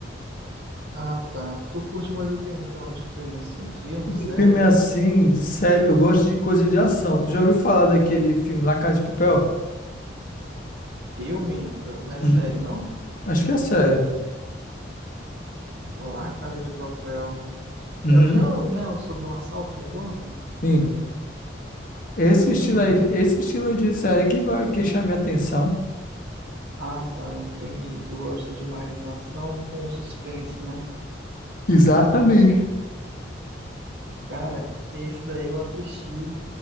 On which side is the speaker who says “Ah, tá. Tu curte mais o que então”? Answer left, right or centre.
Right